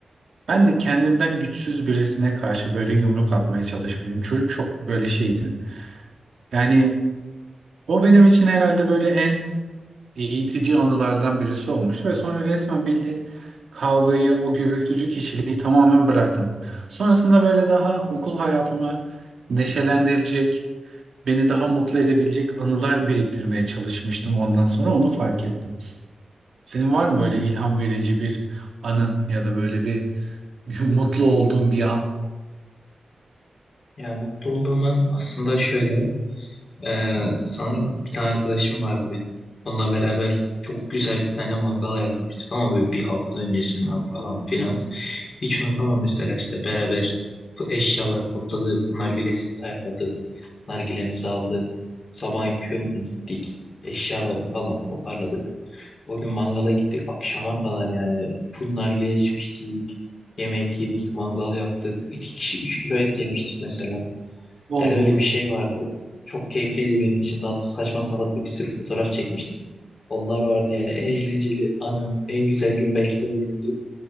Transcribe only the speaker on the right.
Ben de kendimden güçsüz birisine karşı böyle yumruk atmaya çalışmışım. Çocuk çok böyle şeydi. Yani o benim için herhalde böyle en eğitici anılardan birisi olmuştu. Ve sonra resmen bildiğin kavgayı, o gürültücü kişiliği tamamen bıraktım. Sonrasında böyle daha okul hayatımı neşelendirecek beni daha mutlu edebilecek anılar biriktirmeye çalışmıştım ondan sonra onu fark ettim. Senin var mı böyle ilham verici bir anın ya da böyle bir <laughs> mutlu olduğun bir an?
Oo,